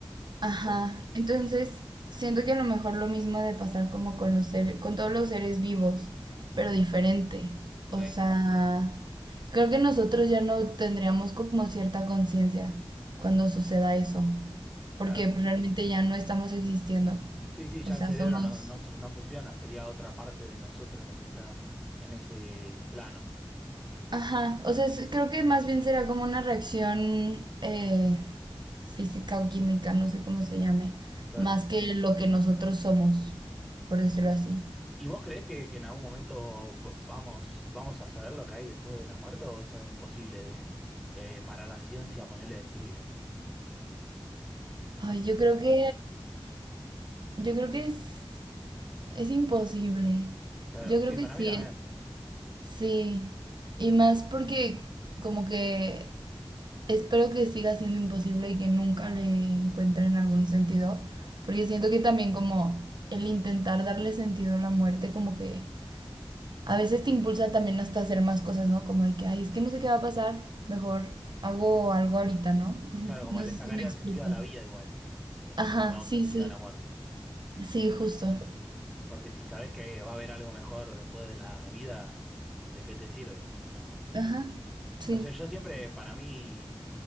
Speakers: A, on the right; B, in the centre.
A: Ajá.
B: o-
A: Entonces, siento que a lo mejor lo mismo ha de pasar como con los ser- con todos los seres vivos, pero diferente.
B: ok,
A: O sea, creo que nosotros ya no tendríamos como cierta conciencia cuando suceda eso, porque
B: claro.
A: pues, realmente ya no estamos existiendo.
B: Sí, sí, ya
A: O sea,
B: el cerebro
A: somos...
B: no, no, s- no funciona, sería otra parte de nosotros la que está en ese plano,
A: Ajá, o sea, es- creo que más bien será como una reacción eh, física o química, no sé cómo se llame,
B: claro.
A: más que lo que nosotros somos, por decirlo así.
B: ¿Y vos creés que, que en algún momento v- vamos, vamos a saber lo que hay después de la muerte o es algo imposible de, de- para la ciencia ponerle descubrir?
A: Ay, yo creo que, yo creo que es, es imposible.
B: Claro,
A: Yo creo
B: sí,
A: que
B: para
A: sí
B: mí también.
A: es. Sí. Y más porque como que espero que siga siendo imposible y que nunca le encuentren algún sentido. Porque siento que también como el intentar darle sentido a la muerte como que a veces te impulsa también hasta hacer más cosas, ¿no? Como de que, ay, es que no sé qué va a pasar. Mejor hago algo ahorita, ¿no? <laughs>
B: Claro, como
A: No
B: le
A: sé
B: sacaría
A: si me explico.
B: el sentido a la vida igual, tipo si
A: Ajá,
B: le encontramos
A: sí,
B: el sentido
A: sí.
B: a la muerte.
A: Sí, justo.
B: Porque si sabés que va a haber algo mejor después de la vida, ¿de qué te sirve o no?
A: Ajá, sí.
B: No sé, yo siempre, para mí,